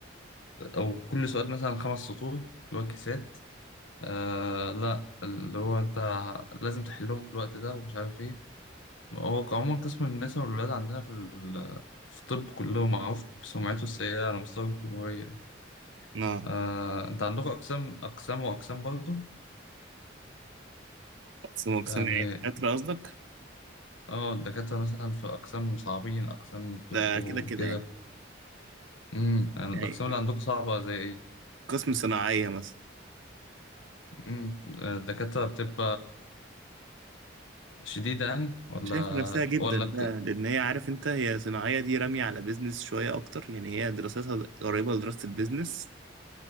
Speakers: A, on the left; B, on the right.
A: او كل سؤال مثلا خمس سطور اللي هو كيسات آه لا اللي هو انت لازم تحلهم في الوقت ده ومش عارف ايه هو عموما قسم النساء والولاد عندنا في ال- في الطب كله معروف بسمعته السيئة على مستوى الجمهورية
B: اه
A: آه انت عندك اقسام اقسام واقسام برضه
B: بس مقسم
A: يعني
B: يعني دكاتره قصدك
A: اه الدكاترة مثلا في اقسام صعبين اقسام بيبقوا
B: ده كده كده
A: كده
B: يعني
A: امم يعني
B: يعني
A: الاقسام اللي عندكم صعبة زي ايه
B: قسم صناعيه مثلا
A: امم الدكاترة بتبقى شديدة يعني ولا
B: شايفه نفسها جدا
A: ولا
B: بقى لان هي عارف انت هي صناعيه دي راميه على بيزنس شويه اكتر يعني هي دراستها قريبه لدراسه البيزنس